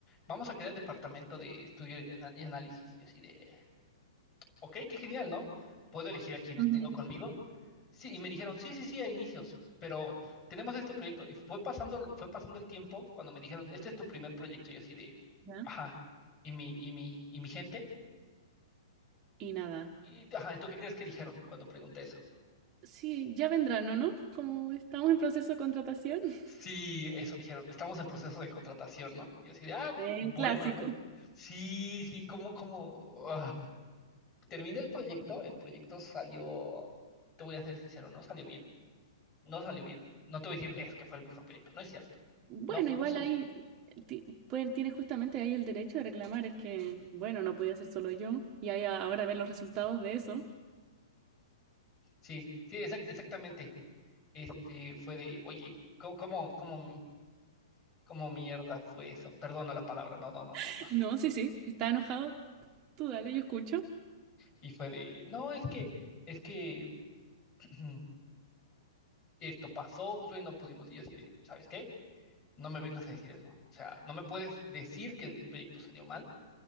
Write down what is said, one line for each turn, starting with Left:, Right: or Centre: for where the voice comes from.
Left: vamos a crear el departamento de estudio y ana- y análisis, y yo así de ok, qué genial, ¿no? ¿Puedo elegir a quienes
Right: Ujú,
Left: tengo conmigo? Sí, y me dijeron, sí, sí, sí, a inicios, pero tenemos este proyecto. Y fue pasando, fue pasando el tiempo cuando me dijeron, este es tu primer proyecto, y así de,
Right: ya.
Left: ajá, y mi, y mi, y mi gente,
Right: Y nada.
Left: y ajá, ¿tú qué crees que dijeron cuando pregunté eso?
Right: Sí, ya vendrán, ¿o no? Como estamos en proceso de contratación. <laughs>
Left: Sí, eso dijeron, estamos en proceso de contratación, ¿no? Y así de, ah,
Right: Sí,
Left: bueno,
Right: un clásico.
Left: ¿no? Sí, sí, como, como, terminé el proyecto, el proyecto salió, te voy a ser sincero, no salió bien No salió bien. No te voy a decir, es que fue el mejor proyecto. No es cierto.
Right: Bueno,
Left: No, fu-
Right: igual
Left: no salió
Right: ahí
Left: bien.
Right: ti- pueden, tienes justamente ahí el derecho de reclamar, es que, bueno, no podía ser solo yo, y ahí a- ahora ven los resultados de eso.
Left: Sí, sí, exac- exactamente. Este fue de, oye, ¿cómo, cómo, cómo, cómo mierda fue eso? Perdona la palabra. No, no, no, no,
Right: <laughs>
Left: no.
Right: No, sí, sí, está enojado, tú dale, yo escucho.
Left: Y fue de, no, es que, es que <clears throat> esto pasó, Josué, y no pudimos. Y yo así de, ¿sabes qué? No me vengas a decir eso. O sea, no me puedes decir que el proyecto salió mal,